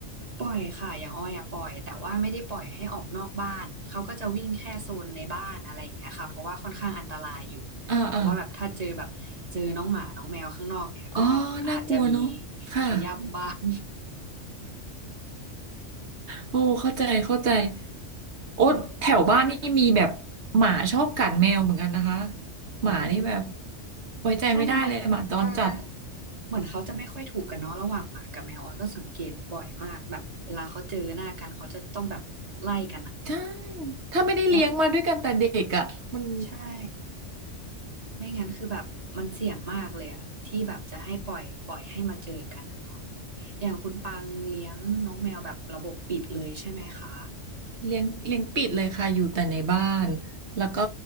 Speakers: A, on the right (about 35°); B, on the right (about 65°).
A: ปล่อยค่ะอย่างอ้อยอะปล่อยแต่ว่าไม่ได้ปล่อยให้ออกนอกบ้านเขาก็จะวิ่งแค่โซนในบ้านอะไรอย่างเงี้ยค่ะเพราะว่าค่อนข้างอันตรายอยู่เพราะว่าแบบถ้าเจอแบบเจอน้องหมาน้องแมวข้างนอกเนี่ยก็อาจจะมี
B: อ่าอ่าอ๋อน่ากลัวเนาะค่ะ
A: ขย้ำบ้าน
B: โอ้เข้าใจเข้าใจโอ้แถวบ้านนี่มีแบบหมาชอบกัดแมวเหมือนกันนะคะ
A: <laughs> อืม
B: หมานี่แบบไว้ใจไม่ได้เลยหมาจรจัด
A: ใช่ทำไมเออ เหมือนเขาจะไม่ค่อยถูกกันเนาะระหว่างหมากับแมวออยก็สังเกตบ่อยมากแบบเวลาเขาเจอหน้ากันเขาจะต้องแบบไล่กันอะ
B: ใช่ถ้าไม่ได้เลี้ยงมาด้วยกันแต่เด็กอ่ะมัน
A: แล้วใช่ไม่งั้นคือแบบมันเสี่ยงมากเลยอะที่แบบจะให้ปล่อยปล่อยให้มาเจอกันอะเนาะอย่างคุณปังเลี้ยงน้องแมวแบบระบบปิดเลยใช่ไหมคะ
B: เลี้ยงเลี้ยงปิดเลยค่ะอยู่แต่ในบ้านแล้วก็